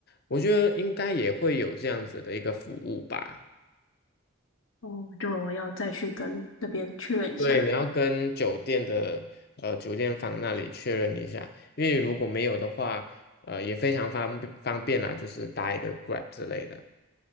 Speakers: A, on the left (about 50°); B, on the left (about 75°).
A: 我觉得应该也会有这样子的一个服务吧。
B: 哦，就我要再去跟那边确认一下。
A: 对，你要跟酒店的呃酒店房那里确认一下，因为如果没有的话，呃，也非常方便方便啦，就是搭一个 Grab 之类的，